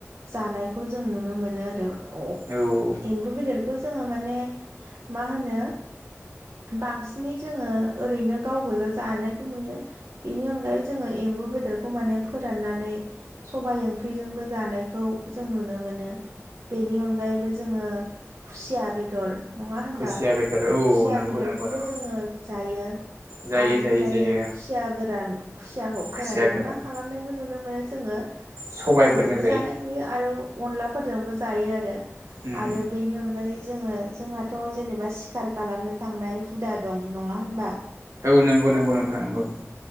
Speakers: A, on the right (about 65°); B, on the right (about 90°).
A: जानायखौ जों नुनो मोनो आरो
B: औ
A: एम्बु बेदरखौ जोङो माने मा होनो बांसिनै जोङो ओरैनो गाव गोजा जानायखौ नुयो बेनि अनगायै जोङो एम्बु बेदरखौ माने फोराननानै सबायाइ ओंख्रिजोंबो जानायखौ जों नुनो मोनो बेनि अनगायैबो जोङो खुसिया बेदर नङा होनबा
B: खुसिया बेदर औ
A: खुसिया
B: नंगौ
A: बेदरखौबो
B: नंगौ नंगौ
A: जोङो जायो।
B: जायो
A: ओमफ्रायो
B: जायो जायो
A: खुसिया गोरान खुसियाखौ फोराननानै
B: खुसिया गोरान
A: मा खालामनायबो नुनो मोनो जोङो
B: सबायफोरजों
A: सबायजोंबो
B: जायो
A: जानाय नुयो आरो अनलाफोरजोंबो जायो आरो
B: उम
A: आरो बेनि अनगायै जोङो जोंहाथ' जेनेबा सिखार खालामनो थांनाय हुदा दं नङा होनबा?
B: औ नंगौ नंगौ नोंथां नंगौ